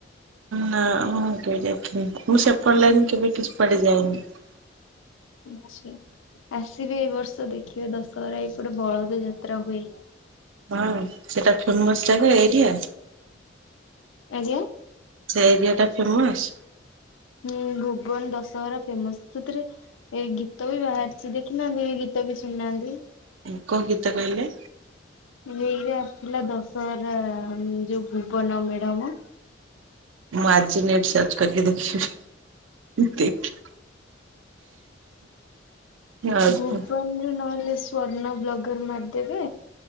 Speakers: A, on the right; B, on the left.
A: ନା ହଁ <unintelligible> ମୁଁ ଦେଖେ। ମୁଁ ସେପଟ ଲାଇନ୍ କେବେ କିଛି ପଡିଯାଏନି। <unintelligible>
B: ଆଚ୍ଛା। ଆସିବେ ଏଇ ବର୍ଷ ଦେଖିବେ ଦଶହରା ଏଇ ପଟେ ବଳଦ ଯାତ୍ରା ହୁଏ।
A: ହଁ ସେଟା ଫେମସ ଜାଗା ଏରିଆ।
B: ଆଜ୍ଞା?
A: ସେ ଏରିଆ ଟା ଫେମସ?
B: ହୁଁ ଭୁବନ ଦଶହରା ଫେମସ। ସେଥିରେ ଏଇ ଗୀତ ବି ବାହାରିଛି। ଦେଖିନାହାନ୍ତି ଗୀ ତ ବି ଶୁନାହାନ୍ତି?
A: ଏ କୋଉ ଗୀତ କହିଲେ?
B: ଏଇରେ ଆସିଲା ଦଶହରା ଯୋଉ ଭୁବନ ମେଡମ <unintelligible>
A: ମୁଁ ଆଜିି ନେଟ ସର୍ଚ୍ଚ କରିକି ଦେଖବି ଦେଖ ଆଉ
B: ଭୁବନ
A: କଣ
B: ନହେଲେ ସ୍ଵର୍ଣ୍ଣ ବ୍ଲଗର ମାରିଦେବେ।